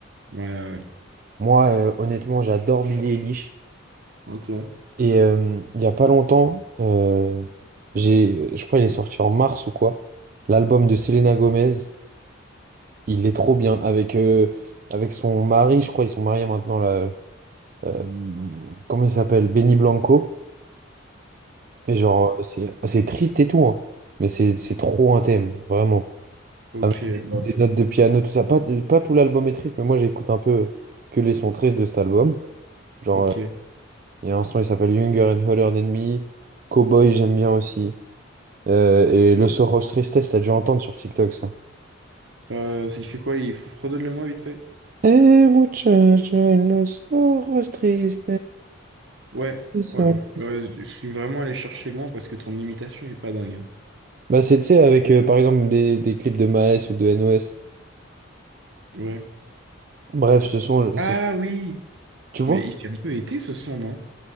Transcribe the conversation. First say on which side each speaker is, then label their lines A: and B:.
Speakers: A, on the right; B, on the right.
A: Ouais, ouais,
B: Moi, euh, honnêtement, j'adore Billy Eilish.
A: Ok. ouais.
B: Et euh, il y a pas longtemps, euh, j'ai, je crois il est sorti en mars ou quoi, l'album de Selena Gomez. Il est trop bien avec euh, avec son mari, je crois, ils sont mariés maintenant là. euh, comment il s'appelle? Benny Blanco. Et genre, euh, c'est c'est triste et tout, hein. Mais c'est c'est trop un thème, vraiment.
A: Ok,
B: Avec des,
A: bah,
B: des notes de piano, tout ça. Pas, pas tout l'album est triste, mais moi j'écoute un peu que les sons tristes de cet album. Genre,
A: ok.
B: euh, il y a un son, il s'appelle Younger and Hotter Than Me. Cowboy, j'aime bien aussi. Euh, et Le Soros Tristesse, t'as dû entendre sur TikTok ça.
A: Euh, il fait quoi? Il f- redonne-le-moi vite fait.
B: Eh, muchacho, el Los Ojos vive
A: Ouais,
B: solo.
A: ouais, ouais. Euh, je suis vraiment allé chercher loin parce que ton imitation est pas dingue. hein.
B: Bah, c'est, tu sais, avec, euh, par exemple, des, des clips de Maes ou de NOS.
A: Ouais.
B: Bref, ce son, c'est,
A: Ah oui!
B: tu vois?
A: Mais il fait un peu été ce son, non?